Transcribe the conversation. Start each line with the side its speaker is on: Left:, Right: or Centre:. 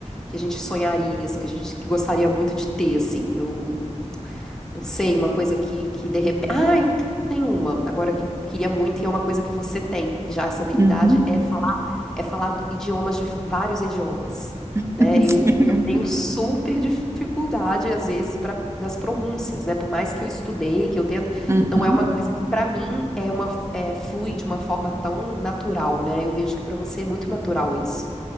Centre: que a gente sonharia, assim, que a gente gostaria muito de ter, assim. Eu não sei, uma coisa que, que de repente. Ah, eu tenho uma, agora que eu queria muito, e é uma coisa que você tem já, essa habilidade
Right: uhum,
Centre: é falar, é falar idiomas de vários idiomas.
Right: <laughs>
Centre: Né? Eu,
Right: sim.
Centre: eu tenho super dificuldade, às vezes, para nas pronúncias, né? Por mais que eu estudei, que eu tento,
Right: uhum.
Centre: não é uma coisa que, para mim, é uma, é, flui de uma forma tão natural, né? Eu vejo que para você é muito natural isso.